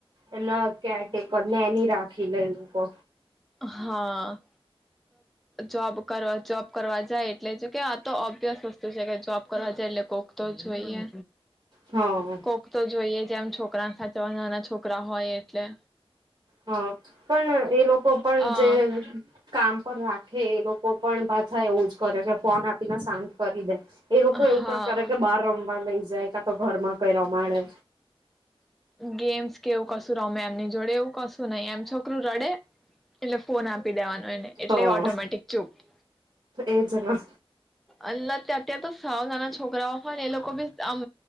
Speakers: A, on the right (about 45°); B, in the centre.
A: એના કેરટેકર ને એની રાખી લે લોકો
B: હા. જોબ કરવા જોબ કરવા જ એટલે કે આ તો ઓબ્લિયસ વસ્તુ છે કે જોબ કરવા જાય એટલે કોક તો જોઈએ.
A: હા.
B: કોક તો જોઈએ જ જેમ છોકરા સાચવા નાના છોકરા હોય એટલે
A: હ પણ એ લોકો પણ
B: અ
A: જે કામ પણ રાખે એ લોકો પણ ભ થાય એવું જ કરે કે ફોન આપીને સાજ કરી દે એ લોકો એવું
B: હા
A: ના કરે કે બહાર રમવા લઈ જ જાય કા તો ઘર માં કઈ રમાડે
B: ગેમ્સ કેવું કશું રમે એમની જોડે એવું કશું નહી એમ છોકરું રડે એટલે ફોન આપી દેવાનો એને એટલે
A: હા
B: ઓટોમેટિક ચૂપ
A: એજ ને
B: અ ત્યા ત્યાં તો સાવ નાના છોકરાઓ હોય ને એ લોકો બી આમ